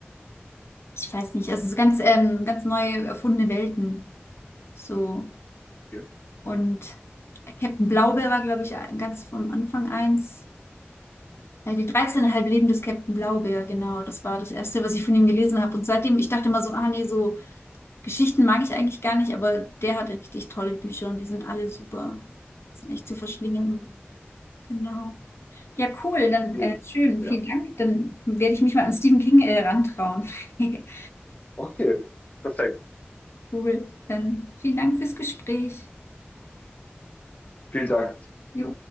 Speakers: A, on the left; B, on the left.
A: ich weiß nicht, also so ganz, ähm, ganz neu erfundene Welten. So.
B: okay.
A: Und Captain Blaubeer war, glaube ich, ganz vom Anfang eins. Ja, die 13,5 Leben des Captain Blaubeer, genau. Das war das Erste, was ich von ihm gelesen habe. Und seitdem, ich dachte immer so, ah nee, so Geschichten mag ich eigentlich gar nicht, aber der hatte richtig tolle Bücher und die sind alle super. Die sind echt zu verschlingen.
B: Mhm.
A: Genau. Ja, cool. Dann
B: Nee,
A: äh, schön,
B: ja.
A: vielen Dank. Dann werde ich mich mal an Stephen King äh, rantrauen. <laughs>
B: Okay, perfekt.
A: Cool. Dann vielen Dank fürs Gespräch.
B: Vielen Dank.
A: Jo.